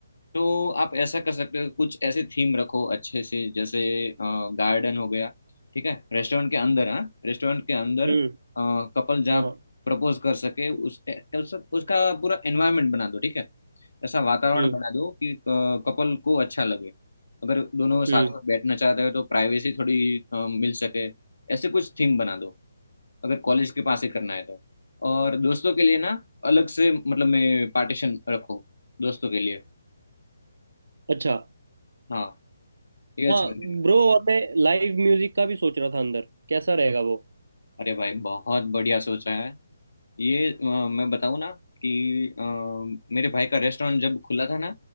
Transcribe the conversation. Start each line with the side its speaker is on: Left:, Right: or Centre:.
Left: तो आप ऐसा कर सकते हो कुछ ऐसे थीम रखो अच्छे से जैसे गार्डन हो गया ठीक है रेस्टोरेंट के अंदर हाँ रेस्टोरेंट के अंदर
Right: हम्म
Left: कपल जहाँ
Right: हाँ हाँ,
Left: प्रपोज कर सके उस, उस उसका पूरा एनवायरनमेंट बना दो ठीक है ऐसा वातावरण
Right: हम्म
Left: बना दो कि कपल को अच्छा लगे अगर दोनों साथ
Right: हम्म
Left: में बैठना चाहते हो तो प्राइवेसी थोड़ी अ, मिल सके ऐसे कुछ थीम बना दो अगर कॉलेज के पास ही करना है तो और दोस्तों के लिए ना अलग से मतलब मैं पार्टीशन रखो दोस्तों के लिए
Right: अच्छा
Left: हाँ ये
Right: हाँ
Left: अच्छा लगेगा
Right: ब्रो और मैं लाइव म्यूजिक का भी सोच रहा था अंदर कैसा रहेगा वो
Left: अरे भाई बहुत बढ़िया सोचा है ये अ, मैं बताऊँ ना कि अ, मेरे भाई का रेस्टोरेंट जब खुला था ना